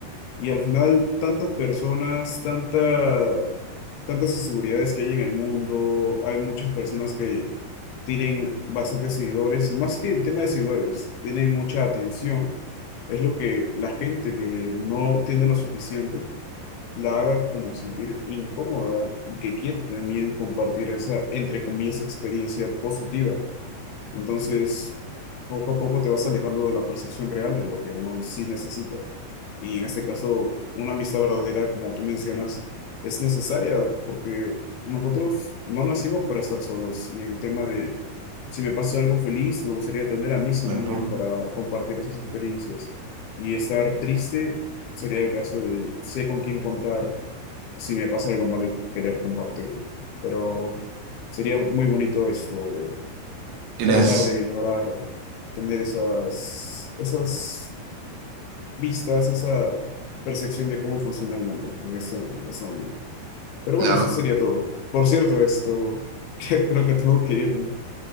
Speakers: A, on the left; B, on the right.
A: Y al final, tantas personas, tanta, tantas inseguridades que hay en el mundo, hay muchas personas que tienen bastantes seguidores, y más que el tema de seguidores, tienen mucha atención. Es lo que la gente que no tiene lo suficiente la haga como sentir incómoda y que quiere también compartir esa, entre comillas, experiencia positiva. Entonces, poco a poco te vas alejando de la percepción real de lo que uno sí necesita. Y en este caso, una amistad verdadera, como tú mencionas, es necesaria porque nosotros no nacimos para estar solos. Y en el tema de, si me pasa algo feliz, me gustaría tener a mis
B: Claro.
A: amigos para compartir esas experiencias. Y estar triste sería el caso de sé con quién contar, si me pasa algo malo y querer compartirlo. Pero sería muy bonito esto,
B: Tienes,
A: tratar de ignorar, tener esas, esas vistas, esa percepción de cómo funciona el mundo en ese, en ese momento. Pero
B: la
A: bueno,
B: verdad,
A: eso sería todo. Por cierto, esto, <laughs> creo que tengo que irme.